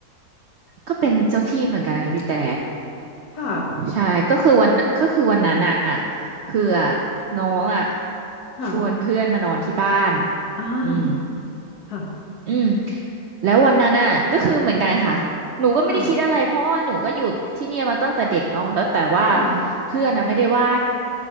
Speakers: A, on the right (about 70°); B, on the left (about 75°).
A: ก็เป็นเจ้าที่เหมือนกันนะคะพี่แต่
B: ค่ะ
A: ใช่ ก็คือวันก็คือวันนั้นอ่ะคืออ่ะน้องอ่ะ
B: ค่ะ
A: ชวนเพื่อนมานอนที่บ้าน
B: อ่า
A: อืม
B: ค่ะ
A: อืมแล้ววันนั้นน่ะก็คือเหมือนกันค่ะหนูก็ไม่ได้คิดอะไรเพราะว่าหนูก็อยู่ที่เนี่ยมาตั้งแต่เด็กเนาะแล้วแต่ว่า
B: ค่ะค่ะ
A: เพื่อนน่ะไม่ได้ไหว้